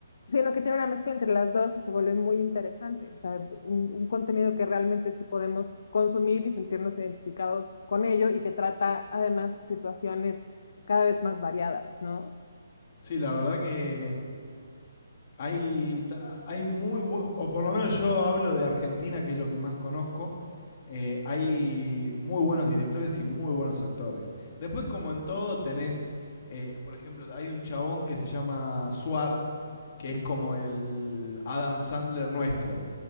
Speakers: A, on the left; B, on the left.
A: sino que tiene una mezcla entre las dos y se vuelve muy interesante. O sea, un, un contenido que realmente sí podemos consumir y sentirnos identificados con ello y que trata además situaciones cada vez más variadas, ¿no?
B: Sí, la verdad que Hay, hay muy, o por lo menos yo hablo de Argentina, que es lo que más conozco. eh, hay muy buenos directores y muy buenos actores. Después, como en todo, tenés, eh, por ejemplo, hay un chabón que se llama Suar, que es como el Adam Sandler nuestro